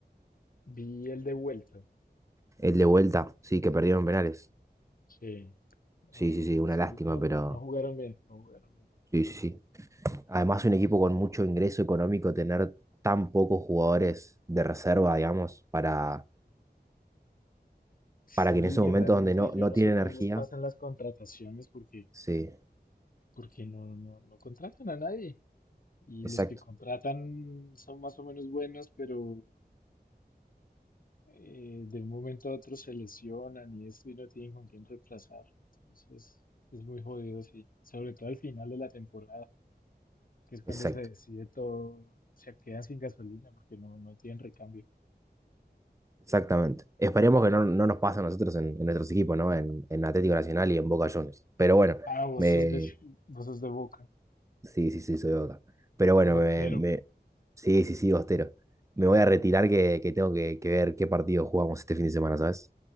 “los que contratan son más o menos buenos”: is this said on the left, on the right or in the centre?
Left